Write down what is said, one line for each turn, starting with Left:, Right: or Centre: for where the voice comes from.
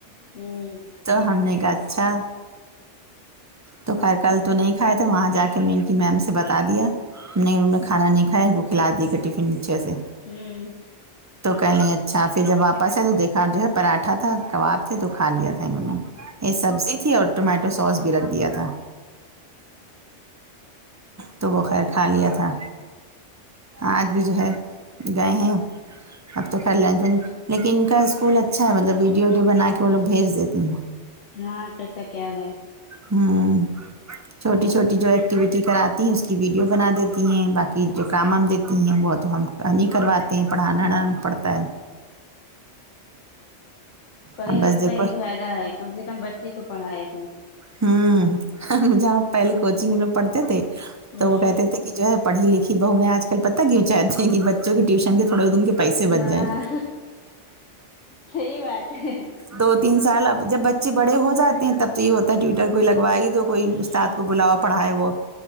Left: ہوں
Right: تو ہم نے کا اچھا تو خیر کل تو نہیں کھائے تھے وہاں جا کے م کہ میم سے بتا دیا ہم نے انہوں نے کھانا نہیں کھیا ان کو کھلا دیا تھا ٹیفن نیچھے سے
Left: ہوں
Right: تو کہہ لیں اچھا پھر جب واپس آئے تو دیکھا جو ہے پراٹھا تھا کباب تھے تو کھا لیا تھا انہوں نے یہ سبزی تھی اور ٹومیٹو سوس بھی رکھ دیا تھا تو وہ خیر کھا لیا تھا آج بھی جو ہے گئے ہیں اب تو خیر لنچ میں لیکن ان کا اسکول اچھا ہے مطلب ویڈیو ویڈیو بنا کے وہ لوگ بھیج دیتے ہیں
Left: ہاں کیسا کیا ہے
Right: ہوں چھوٹی چھوٹی جو ایکٹیوٹی چھٹی کراتی ہیں اس کی ویڈیو بنا دیتی ہیں باقی جو کام ہم دیتی ہیں وہ تو ہم نہیں کرواتے ہیں پڑھانا نہ پڑتا ہے
Left: پڑھے
Right: اب بس
Left: لوگ
Right: دیکھو
Left: کا یہی فائدہ ہے کم سے کم بچے کو پھڑائے اپنا
Right: ہوں جہاں پہلے کوچنگ ہم لوگ پڑھتے تھے
Left: ہوں
Right: تو وہ کہتے تھے کہ جو ہے پڑھی لکھی بہو میں آج کل پتا کیوں چاہتے ہیں کہ بچوں کے ٹیوشن کے تھوڑے دن کے پیسے بچ
Left: ہاں
Right: جائے
Left: صحیح بات ہے
Right: دو تین سال اب جب بچے بڑے ہو جاتے ہیں تب تو یہ ہوتا ہے ٹویٹر کو لگوائے دو
Left: ہوں
Right: کوئی استاد کو بلاؤ پڑھائے وہ